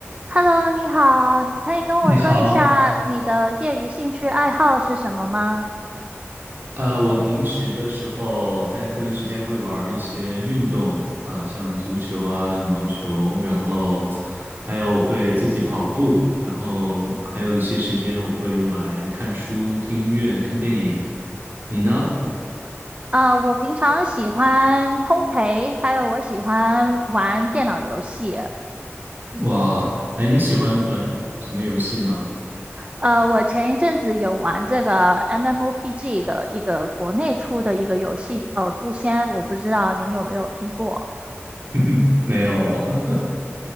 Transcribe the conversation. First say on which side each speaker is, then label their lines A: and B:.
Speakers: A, on the right; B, on the right.
A: Hello，你好，你可以跟我说一下你的业余兴趣爱好是什么吗？
B: 你好，呃，我平时的时候在课余时间会玩儿一些运动啊，像足球啊、羽毛球，然后还有我会自己跑步，然后还有一些时间我会用来看书、听音乐、看电影。你呢？
A: 啊、我平常喜欢烘焙，还有我喜欢玩电脑游戏。
B: 哇，哎，你喜欢玩什么游戏呢？
A: 呃，我前一阵子有玩这个 MMOPG 的一个国内出的一个游戏，叫《诛仙》，我不知道您有没有听过。
B: <laughs> 没有哦，